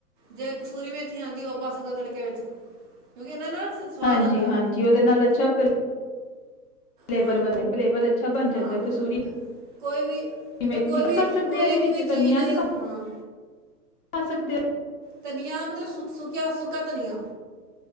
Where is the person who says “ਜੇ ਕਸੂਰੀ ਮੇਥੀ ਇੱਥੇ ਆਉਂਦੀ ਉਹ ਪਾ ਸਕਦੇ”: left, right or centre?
Right